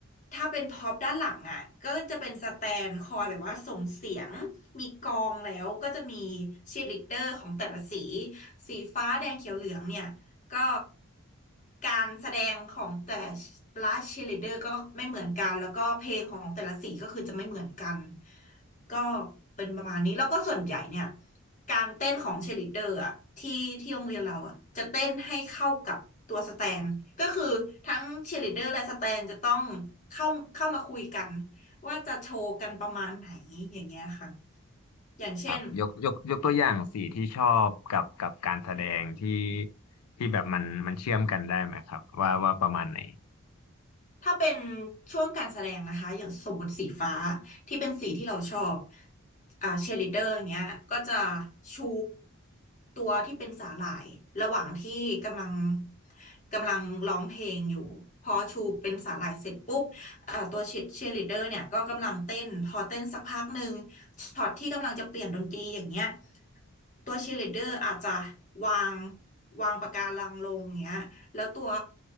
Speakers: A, on the left (about 35°); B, on the left (about 85°).
A: ถ้าเป็นพ็อปด้านหลังอ่ะก็จะเป็นสแตนคอยแบบว่าส่งเสียงมีกองแล้วก็จะมีเชียร์ลีดเดอร์ของแต่ละสี สีฟ้าแดงเขียวเหลืองเนี่ย ก็การแสดงของแต่ละเชียร์ลีดเดอร์ก็ไม่เหมือนกัน แล้วก็เพลงของแต่ละสีก็คือจะไม่เหมือนกัน ก็เป็นประมาณนี้ แล้วก็ส่วนใหญ่เนี่ย การเต้นของเชลิดเดอร์อะที่ที่โรงเรียนเราอะจะเต้นให้เข้ากับตัวสแตนก็คือทั้งเชลิดเดอร์และสแตนจะต้องเข้าเข้ามาคุยกันว่าจะโชว์กันประมาณไหนอย่างเงี้ยค่ะอย่างเช่น
B: ครับยกยกยกตัวอย่างสีที่ชอบกับกับการแสดงที่ที่แบบมันมันเชื่อมกันได้ไหมครับว่าว่าประมาณไหน
A: ถ้าเป็นช่วงการแสดงนะคะอย่างสมมติสีฟ้าที่เป็นสีที่เราชอบอ่าเชียร์ลีดเดอร์อย่างเงี้ยก็จะชูตัวที่เป็นสาหร่ายระหว่างที่กำลังกำลังร้องเพลงอยู่พอชูเป็นสาหร่ายเสร็จปุ๊บอ่าตัวเชียร์ลีดเดอร์เนี่ยก็กำลังเต้นพอเต้นสักพักหนึ่งช็อตที่กำลังจะเปลี่ยนดนตรีอย่างเงี้ยตัวเชียร์ลีดเดอร์อาจจะวางวางปากการังลงอย่างเงี้ยแล้วตัว